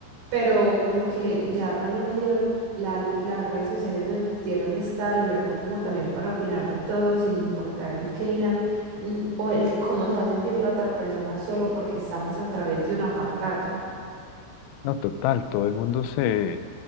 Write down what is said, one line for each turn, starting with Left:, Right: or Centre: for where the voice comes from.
Right: pero como que ya también la liber- la- las redes sociales nos dieron esta libertad como también para opinar de todo sin importar el qué dirán mm, o el cómo se va a sentir la otra persona solo porque estamos a través de una pantalla.
Left: No, total, todo el mundo se